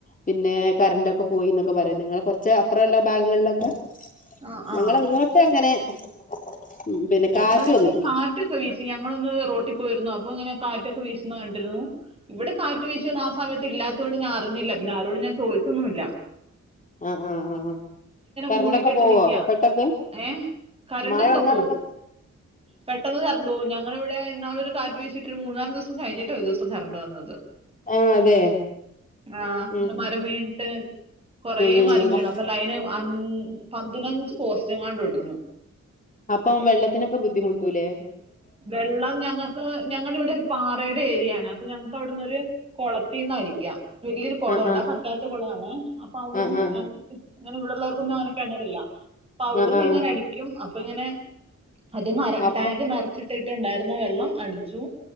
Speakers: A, on the left; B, on the right.
A: പിന്നെ കരണ്ടൊക്കെ പോയിന്നൊക്കെ പറയുന്നു നിങ്ങൾ കുറച്ച് അപ്രള്ള ഭാഗങ്ങളിലൊക്കെ
B: ആഹ് ആഹ്
A: ഞങ്ങളങ്ങോട്ടങ്ങനെ <inaudible> ഉം പിന്നെ
B: ഞങ്ങടെ
A: കാറ്റു
B: ഇവിടെ
A: വന്നിട്ടില്ല.
B: കാറ്റൊക്കെ വീശി. ഞങ്ങളൊന്ന് റോട്ടി പോയിരുന്നു അപ്പൊങ്ങനെ കാറ്റൊക്ക വീശ്ന്ന് കണ്ടിരുന്നു. ഇവിടെ കാറ്റ് വീശിയൊന്നു ആ സമയത്ത് ഇല്ലാത്തോണ്ട് ഞാ ഞ്ഞില്ല പിന്നെ ആരോടും ഞാൻ ചോയ്ച്ചൊന്നുമില്ല.
A: ആ ആ ആ കറണ്ടൊക്കെ
B: മൂടിക്കെട്ട്
A: പോവോ
B: നിക്കാ.
A: പെട്ടെന്ന്,
B: ഏ? കറണ്ടൊക്കെ
A: മഴ വന്നാ
B: പോവും.
A: പെട്ടെന്
B: പെട്ടെന്ന് കറണ്ടു പോവും ഞങ്ങളിവിടെ ഇന്നാളൊരു കാറ്റ് വീശീട്ടൊരു മൂ ന്നാലു ദിസം കഴിഞ്ഞിട്ട ഒരു ദിസം കറണ്ട് വന്നത്
A: ആ അതെ
B: ആ
A: ഉം
B: ന്നു മരം വീണിട്ട്, കൊറേ
A: ഉം ഉം
B: മരം വീണ്
A: ഉം.
B: അപ്പൊ ലൈന് ആൻ പതിനഞ്ച് പോസ്റ്റെങ്ങാണ്ടൊടിഞ്ഞു.
A: അപ്പം വെള്ളത്തിനൊക്കെ ബുദ്ധിമുട്ടൂല്ലേ?
B: വെള്ളം ഞങ്ങൾക്ക്, ഞങ്ങടിവിടെ ഒരു പാറയുടെ ഏരിയാണ്. ഞങ്ങക്കവിടന്നൊരു കൊളത്തീന്നടിക്കാ വെലിയൊരു കൊളോണ്ട്
A: ആ ആ
B: അ പറ്റാത്ത കൊളാണെ, അപ്പൊ അവിടുന്ന്
A: ആ ആ
B: ഞങ്ങ് ങ്ങനിവിടുള്ളവർക്കൊന്നും അങ്ങനെ കിണറില്ല. അപ്പവിടുന്നിങ്ങനടിക്കും.
A: ആ ആ
B: പ്പിങ്ങനെ അത് മര
A: അപ്പൊ
B: ടാങ്ക് മറച്ചിട് ട്ടുണ്ടായിരുന്ന വെള്ളം അടിച്ചു.